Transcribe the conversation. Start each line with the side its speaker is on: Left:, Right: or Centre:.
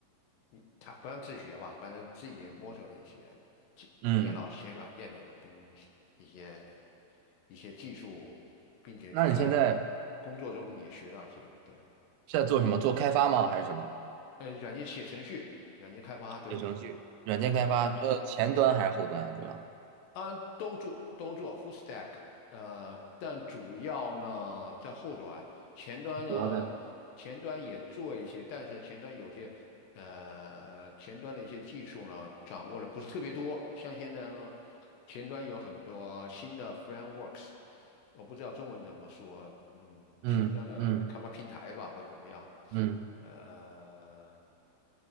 Left: 一他不让自学吧，反正自己也摸索了一些其电脑写软件的东西，
Right: 嗯，
Left: 一些一些技术，并且在
Right: 那你现在
Left: 工作中也学到一些，对，
Right: 是在做什么？做开发吗？还是什么？
Left: 呃，软件写程序，软件开发，对
Right: 写程序，软件开发，
Left: 对，
Right: 这前端还是后端啊？主要
Left: 啊，都做都做 full stack，呃，但主要呢在后端，前端呢前端也做一些，
Right: 主要在
Left: 但是前端有些呃前端的一些技术呢掌握的不是特别多，像现在呢前端有很多新的 frameworks，我不知道中文怎么说，嗯，
Right: 嗯嗯
Left: 前端的开发平台吧或者怎么样，
Right: 嗯，
Left: 呃。